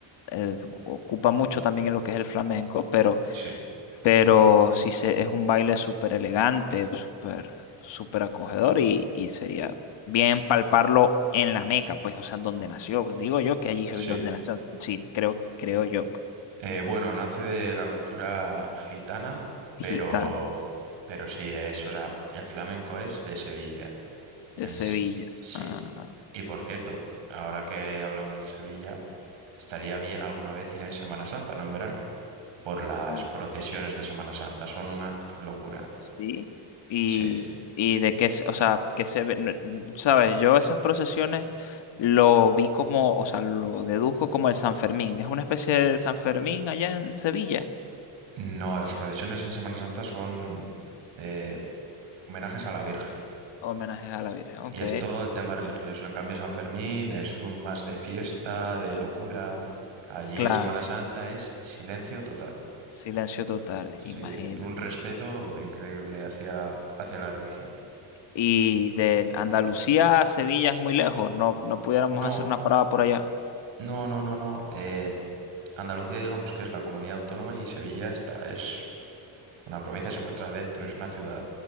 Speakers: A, on the left; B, on the right.
A: eh, ocupa mucho también en lo que es el flamenco, pero,
B: sí,
A: pero sí se, es un baile súper elegante, súper, súper acogedor y, y sería bien palparlo en la Meca, pues, o sea, donde nació. Digo yo que allí es
B: sí.
A: donde nació. Sí, creo, creo yo.
B: Eh, bueno, nace de la cultura gitana, pero,
A: Gitano
B: pero sí es, o sea, el flamenco es de Sevilla.
A: de
B: En,
A: Sevilla.
B: s- sí.
A: Ah.
B: Y por cierto, ahora que hablamos de Sevilla, estaría bien alguna vez ir en Semana Santa, no en verano, por las
A: Oh,
B: procesiones de Semana Santa. Son una locura.
A: sí. Y,
B: Sí.
A: y de qué, se- o sea, que se ve, no- sabes, yo esas procesiones lo vi como, o sea, lo deduzco como el San Fermín. Es una especie de San Fermín allá en Sevilla.
B: No, las procesiones en Semana Santa son eh, homenajes a la Virgen.
A: Homenaje a la Virgen,
B: Y
A: ok.
B: es todo el tema religioso. En cambio, San Fermín es un más de fiesta, de locura. Allí
A: Claro,
B: en Semana Santa
A: claro.
B: es silencio total.
A: Silencio total,
B: Sí,
A: imagina.
B: y un respeto increíble hacia, hacia la religión.
A: Y de Andalucía a Sevilla es muy lejos, no, no pudiéramos
B: No.
A: hacer una parada por allá.
B: No, no, no, no. Eh, Andalucía, digamos que es la comunidad autónoma y Sevilla está, es una provincia, se encuentra dentro, es una ciudad.